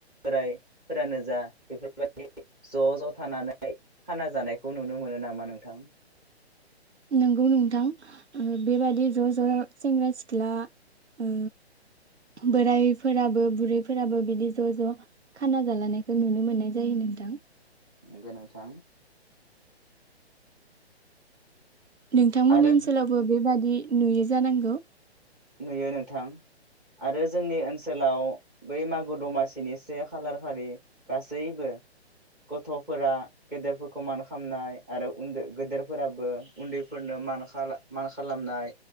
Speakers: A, in the centre; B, on the right (about 80°).
A: बोरायफोरानो जा बेफोरबायदि ज' ज' थानानै खाना जानायखौ नुनो मोनो नामा नोंथां?
B: नोंगौ नोंथां ओ बेबादि ज' ज' सेंग्रा सिख्ला ओ बोरायफोराबो बुरैफोराबो बिदि ज' ज' खाना जालानायखौ नुनो मोननाय जायो नोंथां।
A: नोंगो नोंथां।
B: नोंथांमोननि
A: आरो
B: ओनसोलावबो बेबादि नुयो जानांगौ
A: नुयो नोंथां, आरो जोंनि ओनसोलाव बै मागो दमासिनि से खालार खालि गासैबो, गथ'फोरा गेदेरफोरखौ मान खालामनाय आरो उन्दै गोदोरफोराबो उन्दैफोरनो मान मान खालामनाय